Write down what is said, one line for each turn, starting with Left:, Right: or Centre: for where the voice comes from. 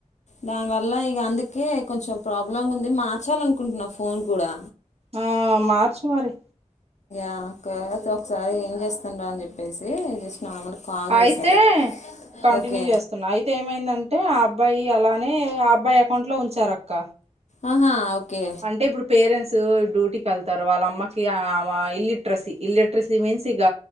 Left: దాని వల్ల ఇక అందుకే కొంచెం ప్రాబ్లం ఉంది మార్చాలి అనుకుంటున్నా ఫోన్ కూడా
Right: ఆ మార్చ్ మరి
Left: అ ఒకసారి ఏం చేస్తుండ్రా అని చెప్పేసి నార్మల్ కాల్
Right: అయితే
Left: చేశాను
Right: కంటిన్యూ
Left: ఓకే
Right: చేస్తున్నా అయితే ఏమైందంటే అబ్ అబ్బాయి అలానే ఆ అబ్బాయి అకౌంట్ లో ఉంచారు అక్క
Left: ఆహా ఓకే
Right: అంటే ఇప్పుడు పేరెంట్స్ స్ డ్యూటీకి వెళ్తారు వాళ్ళమ్మకి ఇల్లిట్రసీ ఇల్లిట్రసీ మీన్స్ తిగ